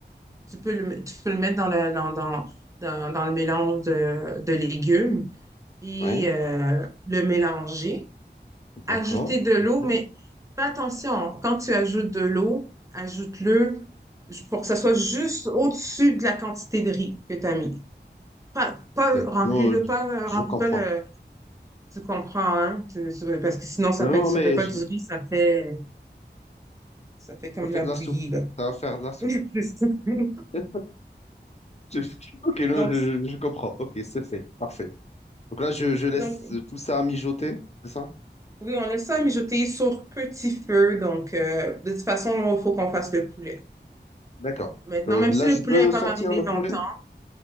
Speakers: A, on the right; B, on the left.
A: tu peux le, tu peux le mettre dans le, dans, dans, dans- dans le mélange de, de légumes et
B: oui,
A: euh, le mélanger
B: d'accord.
A: ajouter de
B: C'est
A: l'eau,
B: fait.
A: mais fais attention, quand tu ajoutes de l'eau, ajoute-le ju- pour que ça soit juste au-dessus de la quantité de riz que tu as mis. Pas, pas
B: Oui.
A: remplis-le,
B: Non, je,
A: pas, euh,
B: je
A: remplis
B: comprends.
A: pas le. Tu comprends, hein? C'est- c'est- Parce que sinon, ça
B: Non,
A: fait, ça
B: mais
A: fait pas
B: je,
A: du riz, ça fait, ça fait comme
B: je fais
A: de la
B: de
A: bouillie,
B: la soupe.
A: là.
B: Ça va faire de la soupe.
A: <laughs>
B: <laughs> Je- je- Ok, non,
A: Donc,
B: je, je- je comprends. Ok, c'est fait. Parfait. Donc là, je, je laisse
A: donc,
B: tout ça mijoter, c'est ça?
A: oui, on laisse ça mijoter sur petit feu. Donc, euh, de toute façon, il faut qu'on fasse le poulet.
B: D'accord.
A: Maintenant,
B: Euh,
A: même
B: là,
A: si le
B: je
A: poulet
B: peux
A: n'est
B: sortir
A: pas mariné
B: le
A: longtemps,
B: poulet?